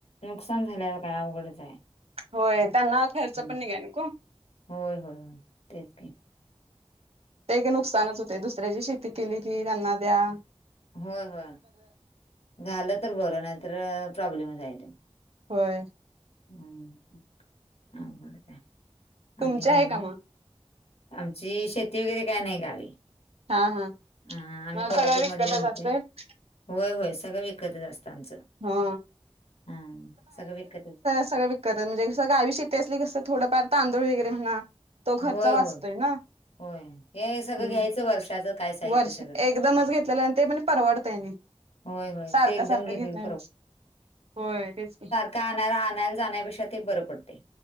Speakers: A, on the left; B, on the right.
A: नुकसान झाल्यावर काय अवघडच आहे
B: होय त्यांना खर्च
A: हम्म.
B: पण निघा नक.
A: होय होय होय तेच घी.
B: ते का नुकसानच होते दुसऱ्याची शेती केली कि त्यांना द्या.
A: होय होय झालं तर बरं नाही तर प्रॉब्लेमचयच.
B: होय.
A: हम अकड का
B: तुमचे
A: अन कायम.
B: आहे का मग?
A: आमची शेती वगैरे काय नाही गावी.
B: हा हा
A: अ आम्ही
B: म
A: कोल्हापूरमध्येच
B: सगळ्या विकतचातत.
A: राहतोय होय होय सगळं विकतच असतं आमचं.
B: हा
A: हा सगंळ विकत
B: सगंळ विकत म्हणजे गावी शेतीे असली कस थोडफार तांदूळ वगैरे म्हणा तो खर्च
A: होय,
B: वाचतोय
A: होय.
B: ना
A: होय. हे सगळं
B: हम्म
A: घ्यायचं वर्षाचं काय साहित्य
B: वर्ष
A: सगळं.
B: एकदमच घेतलेलं ते पण परवडतयनी
A: होय, होय.
B: सारखं
A: ते एकदम
B: सारखं
A: घेतलेलं
B: घेतन्या पेक्षा नाही होय तेच
A: का आणाला आणायला जाण्यापेक्षा ते बरं पडतय